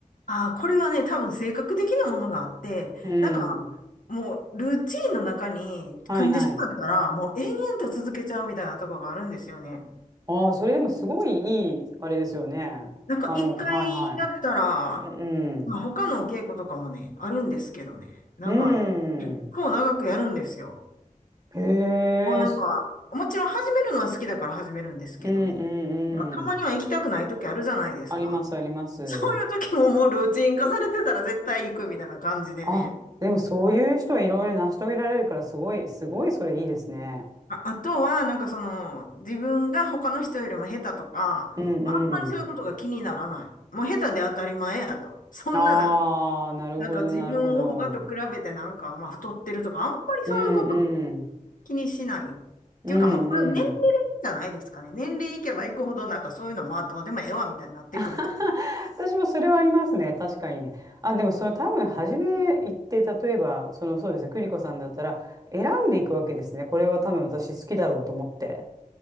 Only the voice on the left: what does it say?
ああ、これはね、多分性格的なものがあって、
なんか、もう、ルーチンの中に組んでしまったら、
もう延々と続けちゃうみたいなとこがあるんですよね。
なんか、
一回やったら、
まあ、他のお稽古とかもね、あるんですけどね。なんか、
あの、結構長くやるんですよ。
もうなんか、
もちろん始めるのは好きだから始めるんですけどね。
なんか、たまには行きたくない時あるじゃないですか。
そういう時ももうルーチン化されてたら絶対行くみたいな感じでね。
あ、あとは、なんかその、自分が他の人よりも下手とか、
あんまりそういうことが気にならない。もう下手で当たり前やと。そんななん、
なんか自分を他と比べてなんか、まあ太ってるとか、あんまりそういうこと
気にしない。っ
ていうか、まあこれは年齢じゃないですかね。年齢いけばいくほど、なんかそういうの、まあどうでもええわ、みたいになってくると。